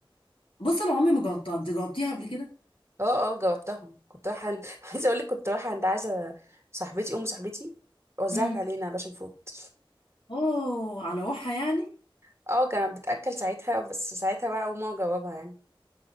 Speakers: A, on the left; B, on the right.
A: بص انا عمري ما جربتها انت جربتيها قبل كده
B: اه اه جاوبتهم كنت رايحه عند <laughs> عايزه اقول لك كنت رايحه عند عايزه صاحبتي ام صاحبتي وزعت
A: امم
B: علينا باشا نفوت
A: اوه على روحها يعني
B: <laughs> اه كانت بتاكل ساعتها بس ساعتها بقى اول مره جاوبها يعني